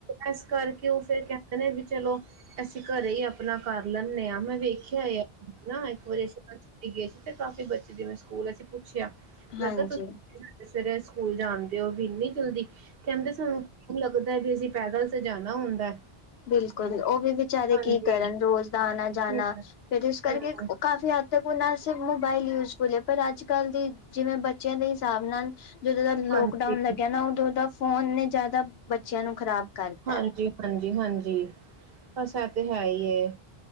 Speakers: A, on the right (about 70°); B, on the left (about 80°).
A: ਇਸ ਕਰਕੇ ਉਹ ਫਿਰ ਕਹਿੰਦੇ ਨੇ ਵੀ ਚੱਲੋ। ਅਸੀਂ ਘਰੇ ਹੀ ਆਪਣਾ ਕਰ ਲੈਂਦੇ ਹਾਂ। ਮੈਂ ਵੇਖਿਆ ਹਨ। ਇੱਕ ਵਾਰੀ ਅਸੀ ਗਏ ਸੀ ਤੇ ਕਾਫ਼ੀ ਬੱਚੇ ਦੀਵੇੈਂ ਸਕੂਲ ਅਸੀ ਪੁੱਛਿਆ।
B: ਹਾਂਜੀ-ਹਾਂਜੀ-ਹਾਂਜੀ
A: ਮੈਂ ਕਿਹਾ ਤੁਸੀਂ ਸਵੇਰੇ ਸਕੂਲ ਜਾਣਦੇ ਹੋ ਵੀ ਇਹਨੀ ਜਲਦੀ। ਕਹਿੰਦੇ। ਸਾਨੂੰ ਟਾਈਮ ਲੱਗਦਾ ਵੀ ਅਸੀਂ ਪੈਦਲ ਤੇ ਜਾਣਾ ਹੁੰਦਾ।
B: ਬਿਲਕੁਲ। ਉਹ ਵੀ ਵਿਚਚਾਰੇ
A: ਹਾਂਜੀ,
B: ਕੀ ਕਰਨ ਰੋਜ਼ ਦਾ ਆਣਾ ਜਾਣਾ
A: ਹੂੰ,
B: ਫਿਰ ਇਸ ਕਰਕੇ।
A: ਹੂੰ,
B: ਕਾਫ਼ੀ ਹੱਦ ਤੱਕ ਉਹਨਾਂ ਸਿਰਫ ਮੋਬਾਇਲ ਯੂਜਫੁਲ ਹੈ। ਪਰ ਅੱਜ ਕੱਲ ਦੀ ਜਿਵੇਂ ਬੱਚਿਆਂ ਦੇ ਹਿਸਾਬ ਨਾਲ ਜਦੋਂ ਦਾ ਲੋਕਡਾਊਨ
A: ਹਾਂਜੀ।
B: ਲੱਗਿਆ ਨਾ। ਉਦੋਂ ਦਾ ਫੋਨ ਨੇ ਜ਼ਿਆਦਾ ਬੱਚਿਆਂ ਨੂੰ ਖ਼ਰਾਬ ਕਰਤਾ।
A: ਹਾਂਜੀ, ਹਾਂਜੀ - ਹਾਂਜੀ। ਬਸ ਇਹ ਤੇ ਹੈ ਹੀ ਹੈ।